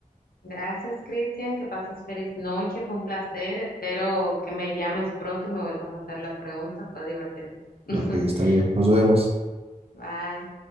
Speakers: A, on the left; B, on the right.
A: gracias Cristian, que pases feliz noche, fue un placer, espero que me llames pronto y me vuelvas a hacer las preguntas, fue divertido. <laughs>
B: ¿no? Ok, está bien. Nos vemos.
A: Bye.